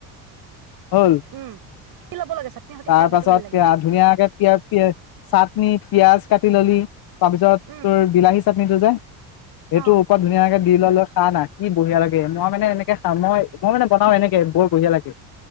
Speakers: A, on the left (about 55°); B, on the right (about 55°).
A: হ'ল ।
B: উম কি ল'ব লাগে চাটনি সৈতে
A: তাৰ
B: খাই বেছি
A: পাছত
B: ভাল লাগে
A: পিয়া- ধুনীয়াকে পিয়া- পিয় চাটনি পিয়াজ কাটি ললি। তাৰপিছত
B: উম
A: তোৰ বিলাহী চাটনিটো যে, সেইটো
B: অ
A: ওপৰত ধুনীয়াকে <unintelligible> খা না। কি বঢ়িয়া লাগে । মই মানে এনেকে খাওঁ। মই- মই মানে বনাও এনেকে । বৰ বঢ়িয়া লাগে।